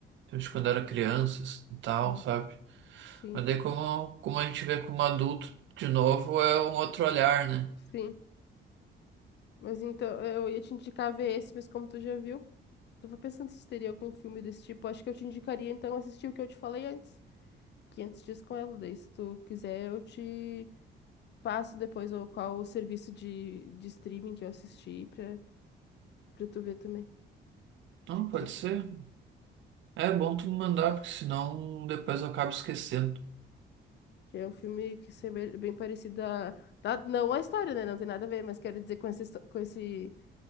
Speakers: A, on the right; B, on the left.
A: de quando era criança assim, e tal,
B: Ah,
A: sabe?
B: sim.
A: Mas daí como, como a gente vê como adulto de novo é um outro olhar, né?
B: Sim. Mas então, eu ia te indicar ver esse, mas como tu já viu, tava pensando se teria algum filme desse tipo. Acho que eu te indicaria então assistir o que eu te falei antes, 500 dias com ela. Daí, se tu quiser, eu te passo depois o, qual o serviço de, de streaming que eu assisti pra, pra tu ver também.
A: Não,
B: Te
A: pode
B: digo.
A: ser. É bom tu me mandar, porque senão depois eu acabo esquecendo.
B: Que é um filme que é bem, bem parecido a. na- Não a história, né? Não tem nada a ver, mas quero dizer com essa, histó- com esse,